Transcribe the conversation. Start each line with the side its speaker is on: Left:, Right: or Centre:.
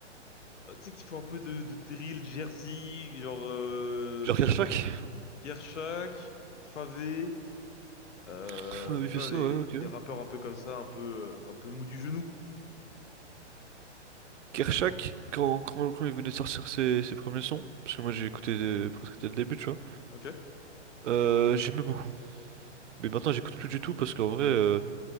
Left: euh, tu sais, qui font un peu de, de drill, Jersey, genre euh,
Right: Genre Kershak,
Left: euh, Kershak, Favé, euh,
Right: <laughs> on avait
Left: tu
Right: fait
Left: vois,
Right: ça,
Left: les,
Right: ouais, ok.
Left: les rappeurs un peu comme ça, un peu, euh, un peu mou du genou.
Right: Kershak, quand, quand, quand il venait de sortir ses, ses premiers sons, parce que moi j'ai écouté des- presque dès le début, tu vois,
Left: Ok?
Right: euh, j'aimais beaucoup. Mais maintenant j'écoute plus du tout parce qu'en vrai, euh,